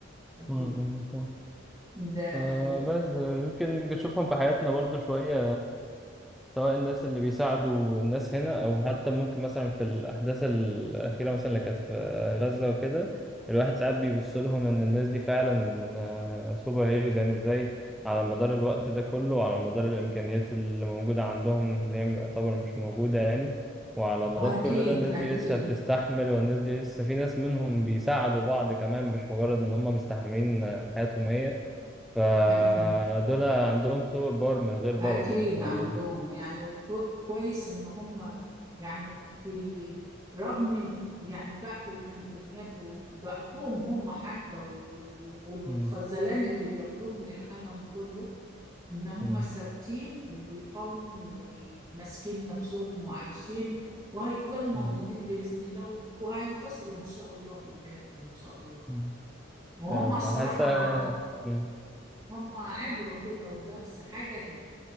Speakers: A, on the right (about 20°); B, in the centre.
A: أكيد
B: امم صح
A: ده
B: آه
A: ي-
B: بس يمكن نشوفهم في حياتنا برضو شوية سواء الناس اللي بيساعدوا الناس هنا او حتى ممكن مثلا في الاحداث الاخيره مثلا اللي كانت في غزه وكده الواحد ساعات بيبص لهم ان الناس دي فعلا آه، سوبر هيروز يعني ازاي على مدار الوقت ده كله وعلى مدار الامكانيات اللي موجوده عندهم اللي هي يعتبر مش موجوده يعني وعلى مدار
A: أكيد
B: كل ده الناس
A: أكيد
B: دي لسه بتستحمل والناس دي لسه في ناس منهم بيساعدوا بعض كمان مش مجرد ان هم مستحملين حياتهم هي فدول
A: أكيد
B: عندهم سوبر باور من غير باور
A: أكيد
B: يعني فاهم
A: عندهم
B: قصدي؟
A: يعني وكو- كويس إن هم يعني في رغم يعني ضعف الإمكانيات وضعفهم هم حتى و- والخذلان
B: مم.
A: اللي بياخدوه من العالم كله ان هم
B: مم.
A: ثابتين وبيقاوموا وماسكين نفسهم وعايشين وهيفضلوا موجودين
B: مم.
A: بإذن الله وهينتصروا ان شاء الله في الآخر ان شاء الله
B: مم.
A: وهم
B: يلا
A: الصراحة
B: حاسة مم.
A: هم عبرة كده ودرس حاجة